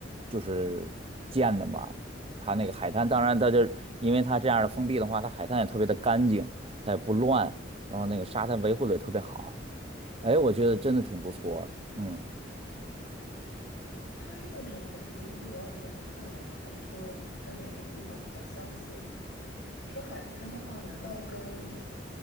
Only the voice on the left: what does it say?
那它是那种很独一无二的那种氛围吗？还是说跟哪种地方比较相似？你说海滩的话，难道跟